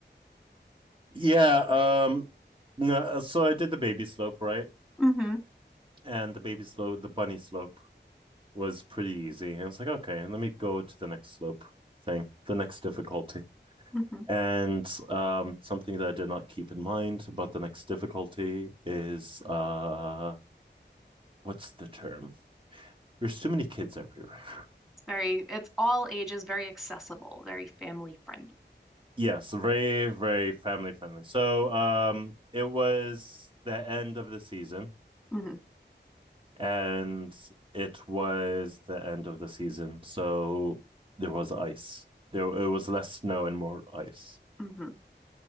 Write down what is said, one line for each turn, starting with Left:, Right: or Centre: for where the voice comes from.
Right: yeah, um no, uh, so I did the baby slope, right?
Centre: hmm
Right: And the baby slope, the bunny slope was pretty easy. And I was like, okay, and let me go to the next slope thing, the next difficulty.
Centre: hmm
Right: And um, something that I did not keep in mind about the next difficulty is uh, what's the term? There's too many kids everywhere. <laughs>
Centre: It's very, it's all ages, very accessible, very family friendly.
Right: Yes, very, very family friendly. So, um, it was the end of the season,
Centre: hmm
Right: and it was the end of the season. So there was ice. There, it was less snow and more ice.
Centre: hmm